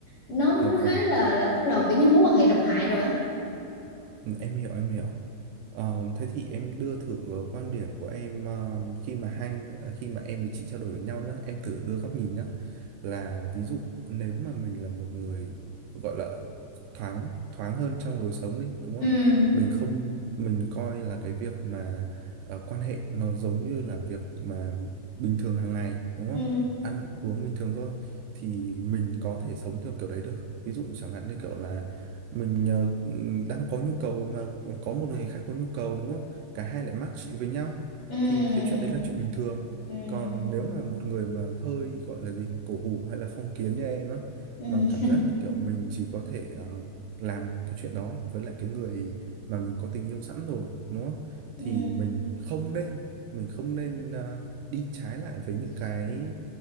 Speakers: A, on the left (about 45°); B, on the right (about 80°).
A: nó
B: dạ
A: nó khá
B: vâng
A: là là bắt đầu kiểu như mối quan hệ độc hại rồi á
B: Ừ, Em hiểu em hiểu. Ờ, thế thì em đưa thử ờ, quan điểm của em ờ, khi mà hai ờ, khi mà em với chị trao đổi với nhau nhá, em thử đưa góc nhìn nhá. Là ví dụ nếu mà mình là một người gọi là thoáng thoáng hơn trong lối sống đi, đúng không?
A: ừ
B: Mình không mình coi là cái việc mà ờ, quan hệ nó giống như là việc mà bình thường hàng ngày, đúng không?
A: ừ
B: Ăn uống bình thường thôi thì mình có thể sống theo kiểu đấy được. Ví dụ chẳng hạn như kiểu là mình ờ, đang có nhu cầu mà có một người khác có nhu cầu đúng không cả hai lại match với nhau
A: ừ
B: thì cái chuyện đấy là chuyện bình thường
A: ừ
B: còn nếu mà một người mà hơi gọi là gì cổ hủ hay là phong kiến như em á
A: ừ
B: mà cảm giác là kiểu mình chỉ có thể ờ, làm cái chuyện đó với lại cái người mà mình có tình yêu sẵn rồi đúng không
A: ừ
B: thì mình không nên mình không nên ờ, đi trái lại với những cái